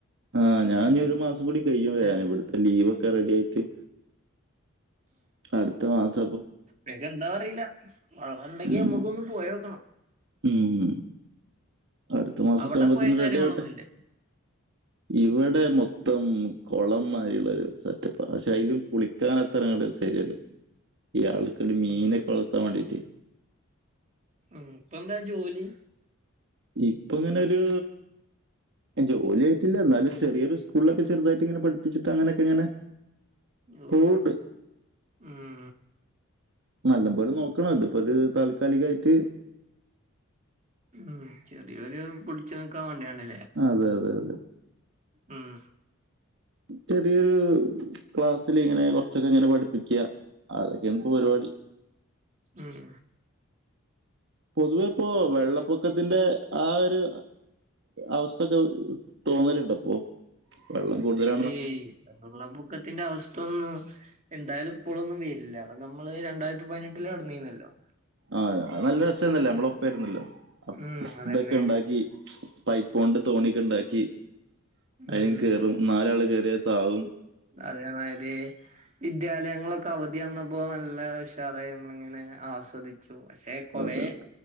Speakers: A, on the right (about 55°); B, on the right (about 35°).
A: ആഹ് ഞാനിനി ഒരു മാസം കൂടി കഴിയും വരാന്
B: ഏഹ്
A: ഇവിടുത്തെ ലീവൊക്കെ റെഡി ആയിട്ട് അടുത്ത മാസ
B: വേഗം എന്താന്നറിയില്ല വളറെണ്ടെങ്കി
A: ഉം
B: നമുക്കൊന്ന് പോയോക്കണം.
A: ഉം അടുത്ത മാസൊക്കെ
B: അവിടെ
A: ആവുമ്പോത്ത്
B: പോയം
A: ന്
B: കാര്യങ്ങളൊന്നും
A: റെഡി ആവട്ടെ
B: ഇല്ലേ
A: ഇവിടെ മൊത്തം കൊളം മാരിയുള്ള ഒരു സെറ്റപ്പ പക്ഷെ അത കുളിക്കാൻ അത്രങ്ങട്ട ശരിയല്ല ഈ ആൾക്ക ഒരു മീനൊക്കെ
B: ഉം
A: വളർത്താൻ വേണ്ടീട്ട്
B: ഉം ഇപ്പെന്താ ജോലി.
A: ഇപ്പൊ ഇങ്ങനെരു ജോലിയായിട്ടില്ല എന്നാലും ചെറിയൊരു സ്കൂളിലൊക്കെ ചെറുതായിട്ട് ഇങ്ങനെ പഠിപ്പിച്ചിട്ട് അങ്ങനേക്കങ്ങനെ
B: ഓ
A: പൂട്
B: ഉം
A: നല്ല പോലെ നോക്കണം ഇതിപ്പൊരു താൽക്കാലികായിട്ട്.
B: ഉം ചെറിയൊരു പിടിച്ചു നിൽക്കാൻ വേണ്ടിയാണ്ട്
A: അതെ അതെ അതെ
B: ഉം ഉം
A: ചെറിയൊരു ക്ലാസ്സിൽ ഇങ്ങനെ കുറച്ചൊക്കെ ഇങ്ങനെ പഠിപ്പിക്കുക അതൊക്കെയാണ് ഇപ്പോ പരിപാടി
B: ഉം
A: പൊതുവെ ഇപ്പോ വെള്ളപ്പൊക്കത്തിന്റെ ആ ഒരു അവസ്ഥൊക്കെ തോന്നലുട്ടപ്പോ വെള്ളം കൂടുതലാ
B: ഏയ് വെള്ളപ്പൊക്കത്തിന്റെ അവസ്ഥ ഒന്ന് എന്തായാലും ഇപ്പോഴൊന്നും വരില്ല അതൊ നമ്മള് രണ്ടായിരത്തി പതിനെട്ടില് നടന്നരുന്നല്ലോ
A: ആഹ് അത് നല്ല രസേരുന്നല്ലോ നമ്മള ഉപ്പേയിരുന്നല്ലോ അപ്
B: ഉം അതന്നെ
A: ഇതൊക്കെ ഇണ്ടാക്കി പൈപ്പ കൊണ്ട് തോണിക്ക ഉണ്ടാക്കി അതില്
B: ഉം
A: കയറും നാലാള് കേറിയ താവും.
B: അതേമാരി വിദ്യാലയങ്ങളൊക്കെ അവധി വന്നപ്പോൾ നല്ല ഉഷാറായി നമ്മളിങ്ങനെ ആസ്വദി <unintelligible> പക്ഷെ കൊറേ
A: അതെ